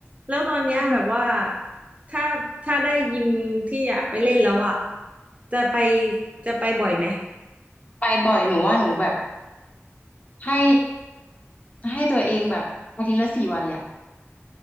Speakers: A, on the right (about 30°); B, on the left (about 35°).
A: แล้วตอนเนี้ยแบบว่า
B: อืม
A: ถ้าถ้าได้ยิมที่อยากไปเล่นแล้วอ่ะจะไปจะไปบ่อยไหม
B: ไปบ่อยหนูว่าหนูแบบให้ ให้ตัวเองแบบอาทิตย์ละสี่วันเลยอะ